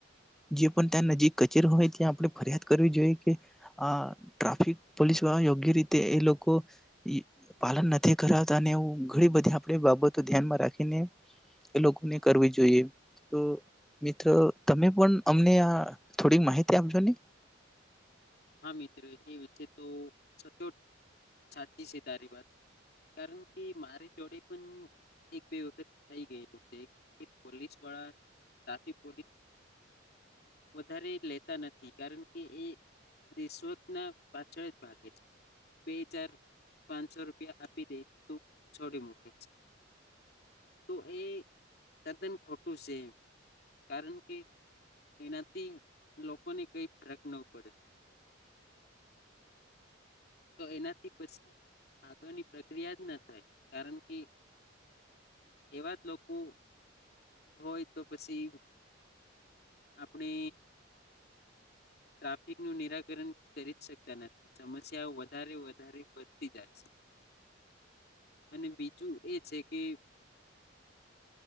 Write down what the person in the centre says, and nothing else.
જે પણ ત્યાં નજીક કચેરી હોય ત્યાં આપણે ફરિયાદ કરવી જોઈએ કે આહ ટ્રાફિક પોલીસ વાળ યોગ્ય રીત તે એ લોકો ઈ પાલન નથી કરાતા અને એવું ઘણી બધી આપણે બાબતો ધ્યાનમાં રાખીને એ લોકોને કરવી જોઈએ. તો મિત્રો તમે પણ અમને આ થોડીક માહિતી આપજો ને.